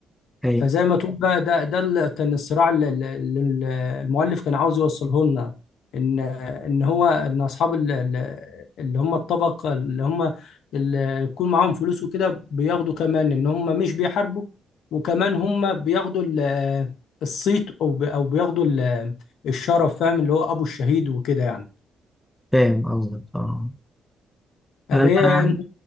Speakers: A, in the centre; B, on the left (about 75°).
A: اي
B: فزي ما تقول بقى ده ده اللي كان الصراع اللي اللي- اللي المؤلف كان عاوز يوصله لنا ان ان هو ان اصحاب ال- ال- اللي هم الطبق اللي هم اللي يكون معاهم فلوس وكده بياخدوا كمان ان هم مش بيحاربوا وكمان هم بياخدوا ال- الصيت او بي- او بياخدوا ال- الشرف فاهم اللي هو ابو الشهيد وكده يعني
A: فاهم قصدك اه
B: طب
A: انا
B: ايه انت